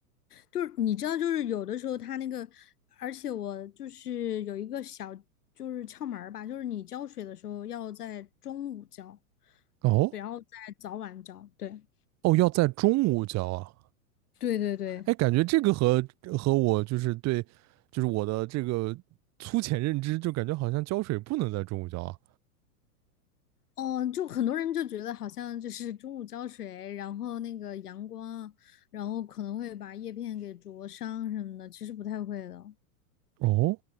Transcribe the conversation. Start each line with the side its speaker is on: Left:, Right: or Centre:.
Left: 就是你知道，就是有的时候它那个，而且我就是有一个小就是窍门儿吧，就是你浇水的时候要在中午浇，
Right: 哦
Left: 不要在早晚浇。对，
Right: 哦，要在中午浇啊。
Left: 对对对。
Right: 哎，感觉这个和和我就是对，就是我的这个粗浅认知，就感觉好像浇水不能在中午浇啊。
Left: 哦，就很多人就觉得好像就是中午浇水，然后那个阳光，然后可能会把叶片给灼伤什么的，其实不太会的。
Right: 哦，